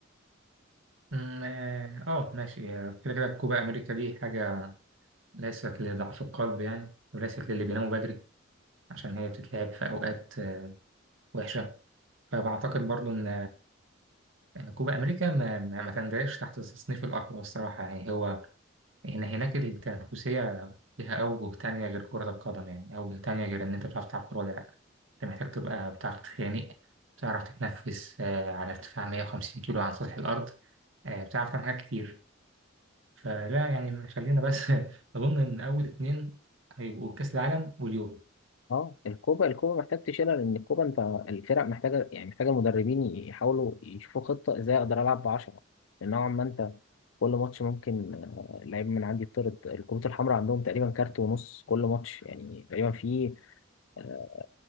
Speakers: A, on the right; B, on the left.
A: أمم، اه آه، ماشي كده كده كوبا امريكا دي حاجه ليست لضعف القلب يعني وليست للي بيناموا بدري عشان هي بتتلعب في اوقات آه، وحشه فبعتقد برضو ان إن كوبا امريكا ما, ما ما تندرجش تحت التصنيف الاقوى الصراحه يعني هو هنا هناك التنافسية ليها أوجه تانية غير كرة القدم يعني أوجه تانية غير إن أنت بتعرف تلعب كورة ولا لأ أنت محتاج تبقى بتعرف تتخانق بتعرف تتنفس آه، على ارتفاع 150 كيلو عن سطح الأرض آه، بتعرف تعمل حاجات كتير فلا يعني خلينا بس <laughs> أظن إن أول اتنين هيبقوا كأس العالم واليورو
B: أه الكوبا الكوبا محتاج تشيلها لأن الكوبا أنت الفرق محتاجة يعني محتاجة المدربين يحاولوا يشوفوا خطة إزاي أقدر ألعب بعشرة لأن نوعا ما أنت كل ماتش ممكن آه، لعيب من عندي يطرد الكروت الحمراء عندهم تقريبا كارت ونص كل ماتش يعني تقريبا في آه،